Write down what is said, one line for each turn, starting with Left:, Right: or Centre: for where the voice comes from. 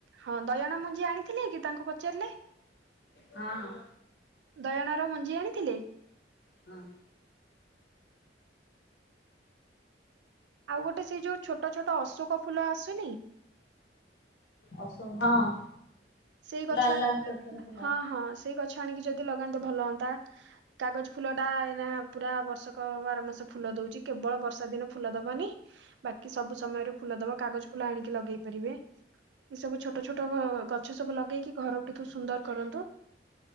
Right: ହଁ ଦୟଣା ମଞ୍ଜି ଆଣିଥିଲେ କି ତାଙ୍କୁ ପଚାରିଲେ।
Left: ହଁ
Right: ଦୟଣାର ମଞ୍ଜି ଆଣିଥିଲେ?
Left: ହଁ।
Right: ଆଉ ଗୋଟେ ସେଇ ଯୋଉ ଛୋଟ ଛୋଟ ଅଶୋକ ଫୁଲ ଆସୁନି?
Left: ଅଶୋକ ହଁ।
Right: ସେଇ ଗଛ
Left: ଲାଲ
Right: ଆଣିବା
Left: ଲାଲ ଛୋଟ
Right: ଦିନ
Left: ଛୋଟ ଫୁଲ
Right: ହଁ ହଁ ସେଇ ଗ ଛ ଆଣିକି ଯଦି ଲଗାନ୍ତେ ଭଲ ହନ୍ତା। କାଗଜ ଫୁଲଟା ଏନା ପୁରା ବର୍ଷକ ବାର ମାସ ଫୁଲ ଦୋଉଚି କେବଳ ବର୍ଷା ଦିନ ଫୁଲ ଦବନି ବାକି ସବୁ ସମୟରେ ଫୁଲ ଦବ କାଗଜ ଫୁଲ ଆଣିକି ଲଗେଇ ପାରିବେ। ଏ ଏସବୁ ଛୋଟ ଛୋଟ ଗ ଗଛ ସବୁ ଲଗେଇକି ଘରଟିକୁ ସୁନ୍ଦର କରନ୍ତୁ।